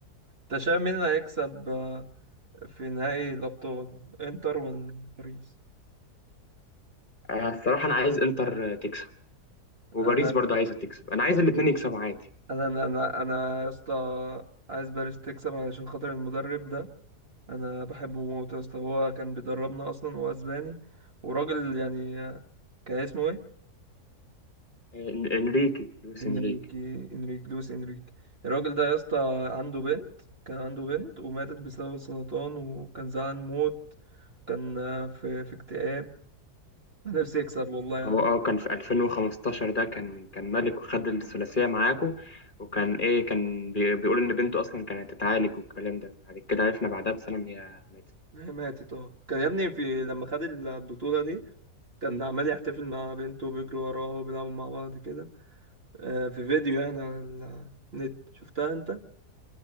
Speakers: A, on the right; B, on the left.
A: انت شايف مين اللي هيكسب آه، في نهائي الابطال انتر ولا باريس
B: آه، الصراحه انا عايز انتر تكسب وباريس
A: انا
B: برضه عايزه تكسب انا عايز الاثنين يكسبوا عادي
A: انا انا انا أنا يا اسطى عايز باريس تكسب علشان خاطر المدرب ده انا بحبه موت يا اسطى هو كان بيدربنا اصلا هو اسباني وراجل يعني كان اسمه ايه
B: إن- انريكي لويس
A: انريكي
B: انريكي
A: انريك لويس انريك الراجل ده يا اسطى عنده بنت كان عنده بنت وماتت بسبب السرطان وكان زعلان موت كان في في اكتئاب نفسي يكسب والله يا
B: هو
A: عم
B: اه كان في 2015 ده كان كان ملك وخد الثلاثية معاكو وكان ايه كان بي- بيقول ان بنته اصلا كانت هتتعالج والكلام ده بعد كده عرفنا بعدها بسنة ان هي ماتت
A: هي ماتت اه كان يا ابني في لما خد البطولة دي كان عمال يحتفل مع بنته وبيجروا وراه وبيلعبوا مع بعض كده آه، في فيديو يعني على النت شفتها انت؟